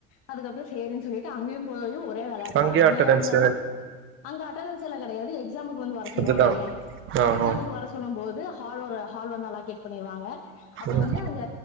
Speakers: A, on the left; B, on the right.
A: அதுக்கப்புறோ சேரின் சொல்லிட் டா அங்கயு போயு ரே வெளாட்டுதா
B: அங்கேயே
A: என்னதா
B: அட்டண்டன்ஸ்
A: இருந்தாலு அங்க அட்டனஸ் சுலா கிடையாது எக்ஸாமுக் வந்து வர சொல்லுவாங்க
B: அதுதான்
A: இல்லையா
B: ஆ
A: எக்ஸாமுக்
B: ஆ
A: வர சொல்லும் போது ஹால் ஒரு ஹால் வந்து அலோக்கேட் பண்ணிருவாங்க அப்போ
B: ம்
A: வந்து அங்க